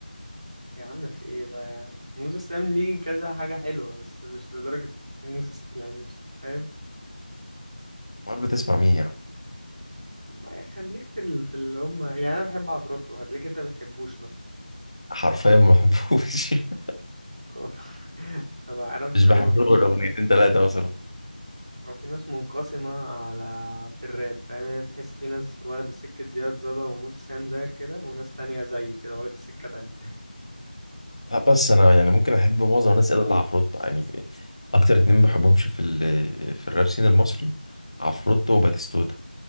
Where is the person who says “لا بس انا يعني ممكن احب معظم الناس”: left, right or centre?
Left